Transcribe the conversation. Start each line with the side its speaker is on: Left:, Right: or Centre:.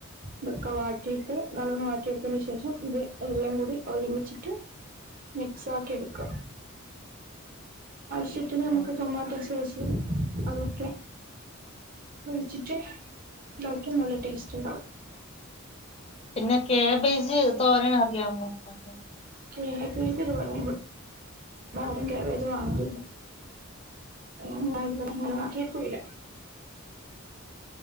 Right: ഇതൊക്കെ വാട്ടിയിട്ട് നല്ലോണം വാട്ടിയെടുത്തന് ശേഷം ഇത് എല്ലം കൂടി ഒരുമിച്ചിട്ട് മിക്സ് ആക്കി എടുക്കുക്യ ചിട്ടന് നമുക്ക്
Left: ആഹ്
Right: ടൊമാട്ടോ സേശു അതൊക്കെ ഒഴിച്ചിട്ട് തൊക്കും നല്ല ടേസ്റ്റ് ഉണ്ടാവും
Left: പിന്നെ കാബേജ് തോരന <unintelligible>
Right: <unintelligible> <unintelligible> കുല്ല